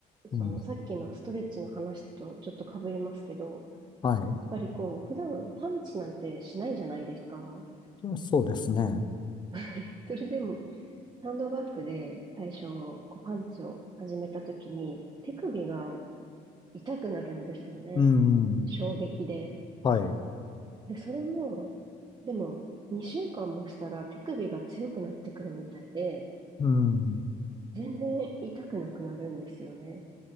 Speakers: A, on the right; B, on the left.
A: そのさっきのストレッチの話とちょっと被りますけど、
B: うん。
A: やっ
B: はい。
A: ぱりこう、普段パンチなんてしないじゃないですか。
B: そうですね。
A: <laughs> それでも、サンドバッグで最初、こうパンチを始めた時に、手首が痛くなるんですよね。
B: うん。
A: 衝撃で。
B: はい。
A: で、それも、でも、2週間もしたら手首が強くなってくるみたいで、
B: うん。
A: 全然痛くなくなるんですよね。